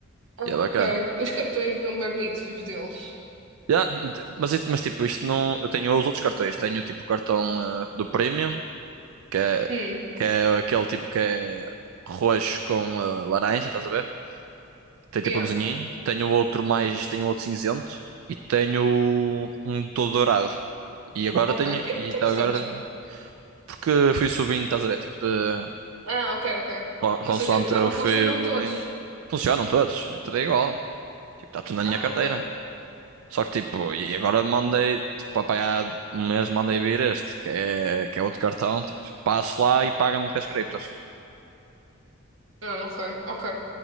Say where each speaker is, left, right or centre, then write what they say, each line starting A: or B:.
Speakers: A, on the right; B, on the right.
A: Ah,
B: E é bacana.
A: ok. Os cartões não bem bonitos, os deles.
B: Ya, t- mas, it- mas tipo, isto não. Eu tenho os outros cartões. Tenho tipo o cartão eh, do Premium, que é,
A: Hum,
B: que é aquele tipo que é roxo com eh, laranja, estás a ver? Tem tipo
A: yeah,
B: um desenhinho. Tenho outro mais, tenho outro cinzento e tenho um todo dourado. E agora
A: ok.
B: tenho.
A: Por que é
B: E
A: que tens
B: tá agora
A: tantos?
B: também. Porque fui subindo, estás a ver? Tipo de.
A: Ah, ok, ok.
B: con- consoante
A: Ou seja, já
B: eu
A: não
B: fui
A: funcionam
B: evoluindo.
A: todos.
B: Funcionam todos, é tudo igual. Tipo, está tudo na
A: Ah,
B: minha carteira.
A: ok.
B: Só que tipo, e agora mandei, tipo, apanhar um mês mandei vir este, que é, que é outro cartão, tipo, passo lá e paga-me com as criptos.
A: Ah, ok, ok.